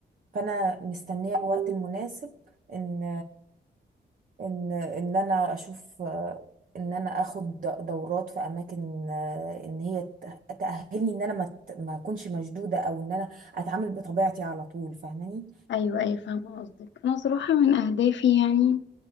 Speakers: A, on the right (about 45°); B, on the left (about 80°).
A: فانا مستنيه الوقت المناسب ان ان ان انا اشوف ان انا اخد دورات في اماكن ان هي ت- تاهلني ان انا ما ت- ما اكونش مشدوده او ان انا اتعامل بطبيعتي على طول فاهماني
B: أيوة أيوة فاهمة قصدك أنا صراحة من أهدافي يعني